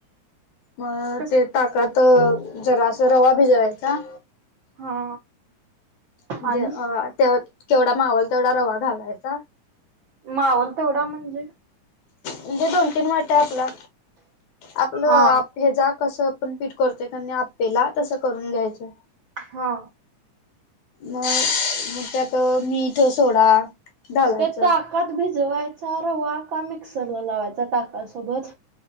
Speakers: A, on the left; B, on the right.
A: मग
B: कस
A: ते ताकात जरा अस रवा भिजवायचा.
B: हा.
A: म्हणजे
B: आणि
A: ते केवढा मावल तेवढा रवा घालायचा.
B: माहोल तेवढा म्हणजे.
A: म्हणजे दोन तीन वाट आहे आपला आपलं
B: हा
A: आप ह जा कस. आपण पीठ करतोय कार नाही आपेला तसं करून घ्यायचं.
B: हा.
A: मग त्यात मीठ सोडा घालायचं
B: ते ताकात भिजवायचा रवा का मिक्सरला लावायचा ताकासोबत